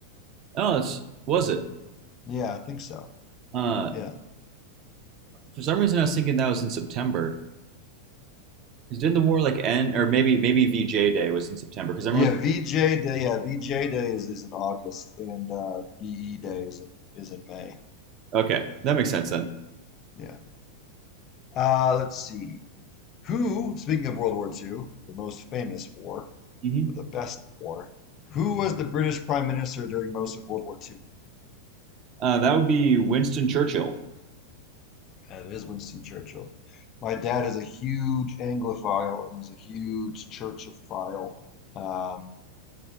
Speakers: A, on the right; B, on the left.
A: Oh, it's, was it?
B: Yeah, I think so.
A: Uh,
B: Yeah.
A: For some reason, I was thinking that was in September. 'Cause didn't the war like end, or maybe maybe VJ Day was in September? Because I
B: Yeah,
A: remember.
B: VJ Day. Yeah, VJ Day is, is in August, and uh, BE Day is in is in May.
A: Okay, that makes sense
B: Yeah,
A: then.
B: yeah. Uh, let's see. Who, speaking of World War Two, the most famous war,
A: hmm
B: the best war, who was the British Prime Minister during most of World War Two?
A: Uh, that would be Winston Churchill.
B: And it is Winston Churchill. My dad is a huge Anglophile and he's a huge Churchophile. Um,